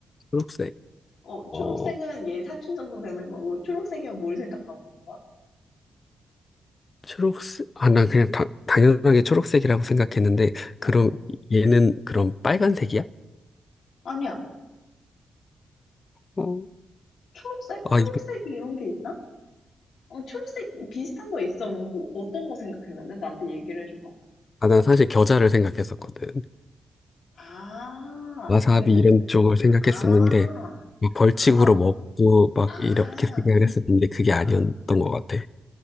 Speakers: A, on the left; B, on the left.
A: 초록색.
B: 어, 초록색은
A: 어,
B: 얘 사춘 정도 되는 거고, 초록색이면 뭘 생각하고 있는 거야?
A: 초록색? 아, 난 그냥 다- 당연하게 초록색이라고 생각했는데,
B: 어,
A: 그럼 얘는 그럼 빨간색이야?
B: 아니야.
A: 어,
B: 초록색?
A: 아,
B: 초록색 이런 이게 있나? 어, 초록색 비슷한 거 있어. 뭐, 뭐 어떤 거 생각했는데? 나한테 얘기를 해줘봐.
A: 아, 난 사실 겨자를 생각했었거든.
B: 아,
A: 와사비
B: 내가,
A: 이런 쪽을 생각했었는데,
B: 아,
A: 막 벌칙으로
B: 아,
A: 먹고 막
B: 아,
A: 이렇게 생각을 했었는데, 그게 아니었던
B: 아,
A: 것 같아.